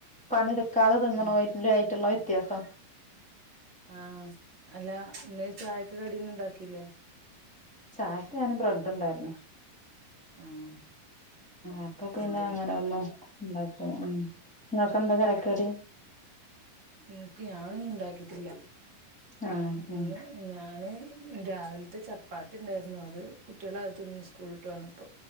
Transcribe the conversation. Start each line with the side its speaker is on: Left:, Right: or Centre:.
Centre: പണിട് ക്കാതെ തിന്ന്ണോലും
Right: ഉം
Centre: ആയിട്ട്ള്ള വ്യത്യാസം.
Right: ആഹ് അല ഇന്ന്‌ ചായക്ക്‌ കടിയൊന്നും ഇണ്ടാക്കില്ലേ
Centre: ചായക്ക് ആനെ ബ്രെഡ് ഉണ്ടായിരുന്നു
Right: ആഹ്
Centre: അപ്പൊ പിന്നെ
Right: അതെ
Centre: അങ്ങനെ ഒന്നും ഉം നിങ്ങക്ക് എന്താ ചായക്ക് കടി
Right: ഇന്നക്ക് ഞാനൊന്നും ഇണ്ടാക്കിട്ടില്ല
Centre: ആഹ്
Right: ഇന്ന്
Centre: ആഹ്
Right: ഞാന് രാവിലത്തെ ചപ്പാത്തി ത്തുണ്ടായിരുന്നു അത് കുട്ടികള് അത് തിന്ന് സ്കൂൾ വിട്ട് വന്നപ്പോ